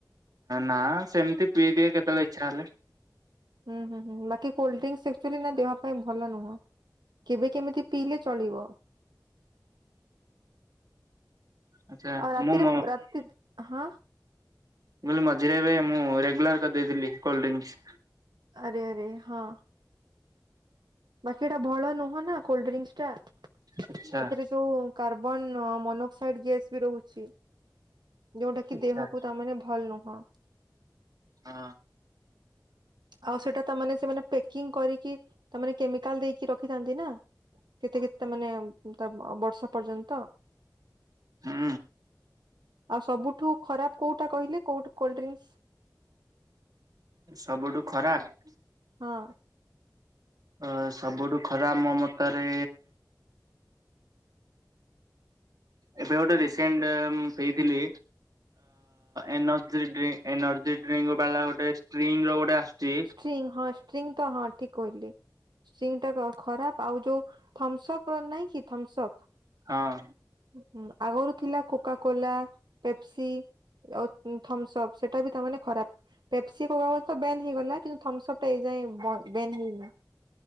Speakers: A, on the right; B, on the right.
A: ନା ସେମିତି ପିଇଦି ଏ କେତେବେଳେ ଇଚ୍ଛା ହେଲେ।
B: ହୁଁ ହୁଁ ହୁଁ ବାକି କୋଲ୍ଡ୍ରିଙ୍କସଚୁଲି ନା ଦେହ ପାଇଁ ଭଲ ନୁହଁ। କେବେ କେମିତି ପିଇଲେ ଚଳିବ।
A: ଆଚ୍ଛା
B: ଆଉ ରାତିରେ
A: ମୁଁ ମୋ
B: ରାତି ହଁ
A: ବୁଲି ମଝିରେ ଏବେ ମୁଁ ରେଗୁଲାର୍ କରିଦେଇଥିଲି କୋଲ୍ଡ ଡ୍ରିନ୍କ୍।
B: ଆରେ ଆରେ ହଁ ବାକି ଏଟା ଭଲ ନୁହଁ ନା କୋଲ୍ଡଡ୍ରିଙ୍କସ୍ ଟା
A: ଆଚ୍ଛା
B: ସେଥିରେ ଯୋଉ କାର୍ବନ୍ ମୋନୋକ୍ସାଇଡ୍ ଗ୍ୟାସ୍ ବି ରହୁଛି। ଯୋଉଟା
A: ଆଚ୍ଛା।
B: କି ଦେହକୁ ତାମାନେ ଭଲ୍ ନୁହଁ।
A: ହଁ।
B: ଆଉ ସେଟା ତାମାନେ ସେମାନେ ପ୍ୟାକିଂ କରିକି ତାମାନେ କେମିକାଲ୍ ଦେଇକି ରଖିଥାନ୍ତି ନା। କେତେ କେତେ ମାନେ ତା ବର୍ଷ ପର୍ଯ୍ୟନ୍ତ।
A: ହୁଁ।
B: ଆଉ ସବୁଠୁ ଖରାପ୍ କୋଉଟା କହିଲେ କଉଠୁ କୋଲ୍ଡ ଡ୍ରିଙ୍କସ୍।
A: ସବୁଠୁ ଖରାପ୍
B: ହଁ।
A: ଅ ସବୁଠୁ ଖରା ମୋ ମତରେ ଏବେ ଗୋଟେ ରିସେଣ୍ଟ୍ ମୁଁ ପିଥିଲି ଏନ୍ର୍ଜି ଡିର୍। ଏନର୍ଜି ଡ୍ରିଙ୍କ୍ ବାଲା ଗୋଟେ ସ୍ପ୍ରିଙ୍ଗ୍ ର ଗୋଟେ ଆସୁଛି।
B: ଷ୍ଟ୍ରି ହଁଷ୍ଟ୍ରିଙ୍ଗ୍ ତ ହଁ ଠିକ୍ କହିଲେ। ସିଙ୍ଗ୍ ଟା ଖରାପ ଆଉ ଯୋଉ ଥମ୍ସ୍ ଅପ୍ ନାହିଁ କି ଥମ୍ସ୍ ଅପ୍
A: ହଁ।
B: ହୁଁ ଆଗରୁ ଥିଲା କୋକା କୋଲା ପେପ୍ସି୍। ଆଉ ଥମ୍ସ୍ ଅପ୍ ସେଇଟା ବି ତାମାନେେ ଖରାପ୍। ପେପ୍ସି କୋକାକୋଲ ତ ବ୍ୟାନ୍ ହେଇଗଲା କିନ୍ତୁ ଥମ୍ସପ୍ ଟାଇ ଏ ଯାଏ ବନ୍ ବେନ୍ ହେଇନି।